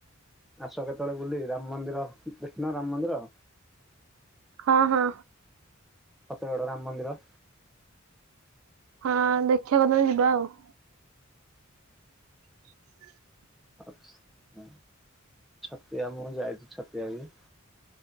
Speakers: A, in the centre; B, on the right (about 80°).
A: ଆସ କେତେବେଳେ ବୁଲି ରାମ ମନ୍ଦିର ଦେଖିନ ରାମ ମନ୍ଦିର।
B: ହଁ ହଁ
A: ସତଗଡ ରାମ ମନ୍ଦିର।
B: ହଁ ଦେଖିବା କେତେବେଳେ ଯିବା ଆଉ। <inaudible>
A: ଆ ହ ଛତିଆ ମୁଁ ଯାଇଛି ଛତିଆ ବି।